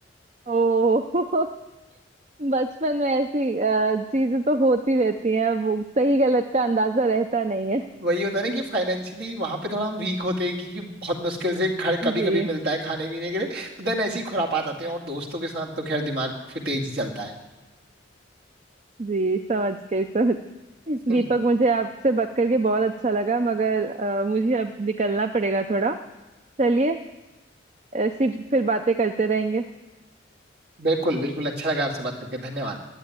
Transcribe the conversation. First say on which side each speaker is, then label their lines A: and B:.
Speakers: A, on the right; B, on the right.
A: ओ <laughs> बचपन में ऐसी अ, चीजें तो होती रहती हैं वो सही गलत का अंदाजा रहता नहीं है
B: वही होता
A: हम्म।
B: है ना कि फाइनेंशियली वहां पे थोड़ा हम वीक होते हैं क्योंकि बहुत मुश्किल से कभी
A: जी
B: कभी मिलता है खाने पीने के लिए तो देन ऐसी खुरापात आते हैं और दोस्तों के साथ तो खैर दिमाग फिर तेज ही चलता है
A: जी समझ गई समझ गई।
B: हम्म,
A: दीपक मुझे आपसे बात करके बहुत अच्छा लगा मगर अ, मुझे अब निकलना पड़ेगा थोड़ा चलिए ऐसी फिर बातें करते रहेंगे
B: बिल्कुल बिल्कुल अच्छा लगा आपसे बात करके धन्यवाद